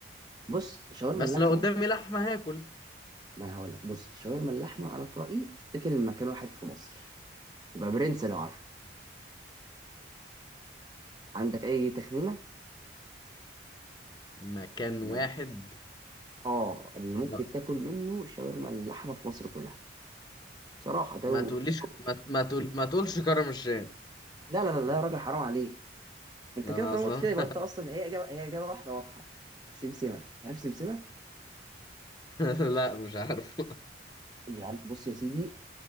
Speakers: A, on the right; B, on the left.
A: بص شاورما
B: بس
A: اللحمه
B: لو قدامي لحمه هاكل
A: ما انا هقول لك بص شاورما اللحمه انا في رايي تتاكل مكان واحد في مصر تبقى برنس لو عارف عندك اي تخمينه
B: مكان
A: يعني
B: واحد
A: اه اللي ممكن
B: ما,
A: تاكل منه شاورما اللحمه في مصر كلها بصراحه ده
B: ما
A: ويبقى
B: تقوليش ما, ما تقول ما تقولش كرم الشام
A: لا لا لا لا يا راجل حرام عليك انت
B: انا
A: كده طالما
B: اصلا
A: قلت كده يبقى انت اصلا هي اجابه هي اجابه واحده واضحه سمسمه عارف سمسمه
B: <laughs> لا مش عارف
A: يعني بص يا سيدي